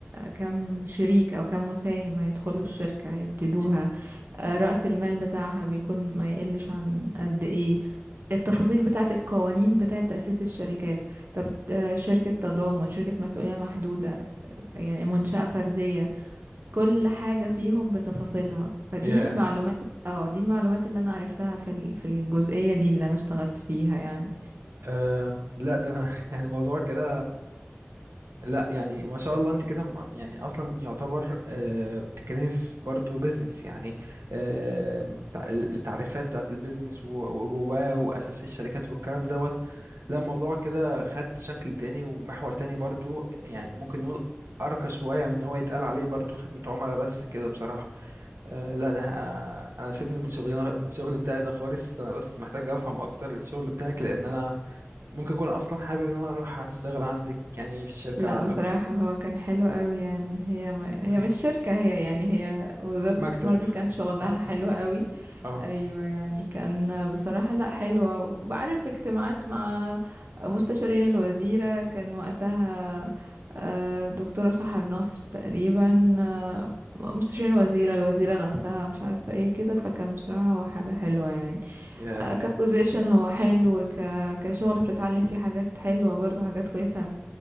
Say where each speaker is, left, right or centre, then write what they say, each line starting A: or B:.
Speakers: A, on the right; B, on the right.
A: كام شريك او كام مساهم هيدخلوا الشركة هيبتدوها
B: ي-
A: آه، رأس المال بتاعها بيكون ما يقلش عن قد ايه التفاصيل بتاعت القوانين بتاعت تأسيس الشركات طب آه، شركة تضامن شركة مسؤولية محدودة يعني منشأة فردية كل
B: ي-
A: حاجة فيهم بتفاصيلها فدي
B: يا
A: المعلومات اه دي المعلومات اللي انا عرفتها في ال- في الجزئية دي اللي انا اشتغلت فيها يعني
B: أه لا ده <laughs> يعني الموضوع كده لا يعني ما شاء الله انت كده م- يعني اصلا يعتبر آه، بتتكلمي في برضه بيزنس يعني آه، تع- التعريفات بتاعت البيزنس و- وجواه واساس الشركات والكلام دوت لا الموضوع كده خد شكل تاني ومحور تاني برضه يعني ممكن نقول ارقى شويه من ان هو يتقال عليه برضه خدمه عملاء بس كده بصراحه آه، لا ده ه- انا سيبني من شغلي من شغلي بتاعي ده خالص انا بس محتاج افهم اكتر الشغل بتاعك لان انا ممكن اكون اصلا حابب ان انا اروح اشتغل عندك يعني في الشركه
A: لا
B: عندكم
A: بصراحة هو كان حلو قوي يعني هي ما هي
B: مم.
A: مش شركة هي يعني هي وزارة
B: مكتب
A: الاستثمار دي كان شغلها
B: اه
A: حلو قوي
B: اه
A: ايوه يعني كان بصراحة لا حلوة وبعرف اجتماعات مع مستشارين الوزيرة كان وقتها آه، دكتورة سحر نصر تقريبا آه، مستشارين الوزيرة الوزيرة نفسها مش عارفة ايه كده فكان بصراحة هو حاجة حلوة يعني
B: ياه
A: كبوزيشن هو حلو ك... كشغل بتتعلم فيه حاجات حلوة برضو حاجات كويسة